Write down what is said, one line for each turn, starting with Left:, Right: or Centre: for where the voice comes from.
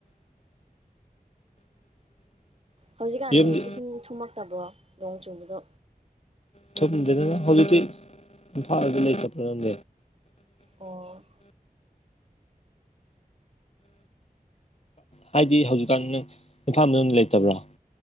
Right: ꯍꯧꯖꯤꯛꯀꯥꯟꯗꯤ
Left: ꯌꯨꯝꯗꯤ
Right: ꯏꯁꯤꯡ ꯊꯨꯝꯃꯛꯇꯕ꯭ꯔꯣ ꯅꯣꯡ ꯆꯨꯕꯗꯣ
Left: ꯊꯄꯗꯅꯦ ꯍꯂꯤꯗꯤ ꯐꯥ ꯂꯩ ꯀꯄꯔ ꯍ ꯎꯝ
Right: ꯑꯣ
Left: ꯍꯥꯏꯗꯤ ꯍꯧꯖꯤꯛꯀꯥꯟ ꯅꯪ ꯏꯝꯐꯥꯜꯗꯝ ꯂꯩꯇꯕ꯭ꯔꯥ